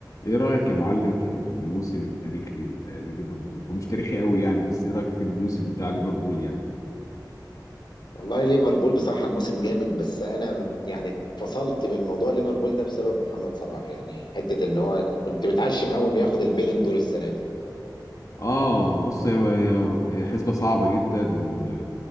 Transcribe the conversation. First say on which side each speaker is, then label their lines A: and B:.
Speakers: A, on the left; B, on the left.
A: ايه رأيك يا معلم في الموسم التاريخي ل- لليفربول هو مش تاريخي قوي يعني بس ايه رأيك في الموسم بتاع ليفربول يعني
B: والله ليفربول بصراحة موسم جامد بس أنا يعني فصلت من موضوع ليفربول ده بسبب محمد صلاح يعني حتة إن هو كنت متعشم أوي إنه ياخد البيلين دور السنة دي
A: اه بص هي هي هي حسبة صعبة جدا و...